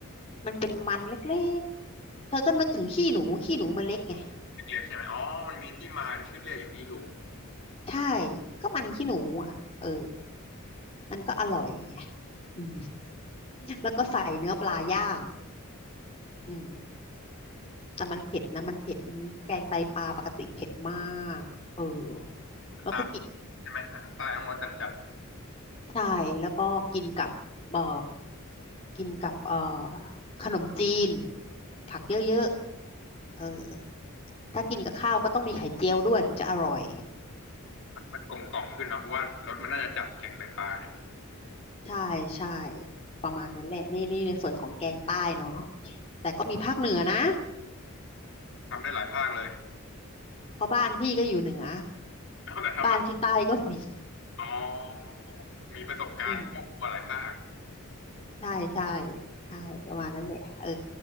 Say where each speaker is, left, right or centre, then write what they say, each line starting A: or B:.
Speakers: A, on the left; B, on the left.
A: มันเป็นมันเล็กๆเธอก็นึกถึงขี้หนูขี้หนูมันเล็กไง
B: เล็กๆใช่ไหมอ๋อมันมีที่มาชื่อเรียกอย่างนี้อยู่
A: ใช่ก็มันขี้หนูอ่ะเออมันก็อร่อยไงอืมแล้วก็ใส่เนื้อปลาย่างอืมแต่มันเผ็ดนะมันเผ็ดแกงไตปลาปกติเผ็ดมากเออแล้วก็กิน
B: ตาใช่ไหมอาหารใต้ต้องรสจัดจัด
A: ใช่แล้วก็กินกับเอ่อกินกับเอ่อขนมจีนผักเยอะๆเออถ้ากินกับข้าวก็ต้องมีไข่เจียวด้วยถึงจะอร่อย
B: มันกลมกล่อมขึ้นเนาะเพราะว่ารสมันน่าจะจัดแกงไตปลาเนี่ย
A: ใช่ใช่ประมาณนั้นแหละนี่นี่ในส่วนของแกงใต้เนาะแต่ก็มีภาคเหนือนะ
B: ทำได้หลายภาคเลย
A: เพราะบ้านพี่ก็อยู่เหนือ
B: เอาแต่ทำอ่ะ
A: บ้านที่ใต้ก็มี
B: อ๋อมีประสบการณ์ครอบครัวหลายภาค
A: อืมใช่ใช่ใช่ประมาณนั้นแหละเออ